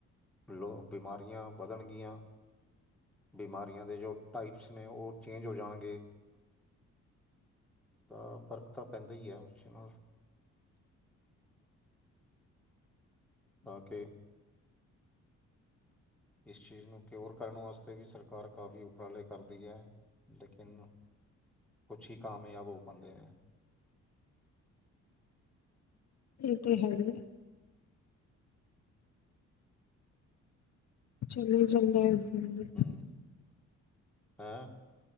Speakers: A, in the centre; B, on the left (about 60°).
A: ਲੋ ਬਿਮਾਰੀਆਂ ਵਧਣਗੀਆਂ। ਬਿਮਾਰੀਆਂ ਦੇ ਜੋ ਟਾਈਪਸ ਨੇ ਉਹ ਚੇਂਜ ਹੋ ਜਾਣਗੇ। ਤਾਂ ਫ਼ਰਕ ਤਾਂ ਪੈਂਦਾ ਹੀ ਹੈ ਉਸ ਨਾਲ ਆ ਕੇ। ਇਸ ਚੀਜ਼ ਨੂੰ ਕਿਓਰ ਕਰਨ ਵਾਸਤੇ ਵੀ ਸਰਕਾਰ ਕਾਫ਼ੀ ਉਪਰਾਲੇ ਕਰਦੀ ਹੈ। ਲੇਕਿਨ ਕੁਛ ਹੀ ਕਾਮਯਾਬ ਹੋ ਪਾਉਂਦੇ ਆ।
B: ਇਹ ਤੇ ਹੈ ਹੀ ਆ। ਚੱਲੋ ਚਲਦੇ ਜਲ <inaudible>
A: ਹਮ ਹੈਂ